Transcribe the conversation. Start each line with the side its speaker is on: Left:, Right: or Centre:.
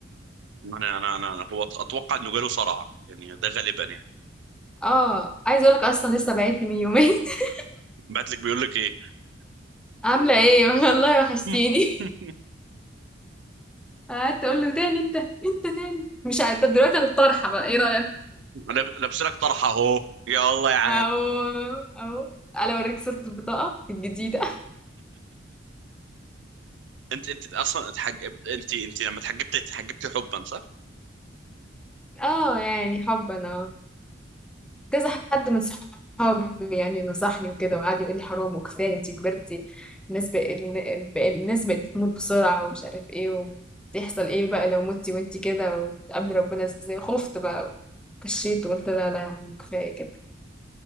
Right: انا انا انا أنا- هو اتوقع انه جاله صرع يعني ده غالبا يعني
Centre: اه عايزه اقول لك اصلا لسه باعت لي من يومين <laughs>
Right: بعت لك بيقول لك ايه
Centre: عامله ايه والله وحشتيني
Right: <laughs>
Centre: قعدت اقول له تاني انت انت تاني مش عارفه طب دلوقتي انا الطرحه بقى ايه رايك
Right: لاب- لابس لك طرحه اهو يا الله يا عم
Centre: أهو، أهو، ألا أوريك صورة البطاقة الجديدة
Right: انت انت اصلا اتحج... انت انت لما اتحجبت اتحجبت حبا صح؟
Centre: آه، يعني حبًا آه، كذا حد من صحابي يعني نصحني وكده وقعد يقول لي حرام وكفاية أنتِ كبرتِ، الناس بقت الناس بقت بتموت بسرعة ومش عارف إيه، وتحصل إيه بقى لو متِ وأنتِ كده وتقابلي ربنا إزاي، خُفت بقى وكشيت وقُلت لا، لا، يعني كفاية كده،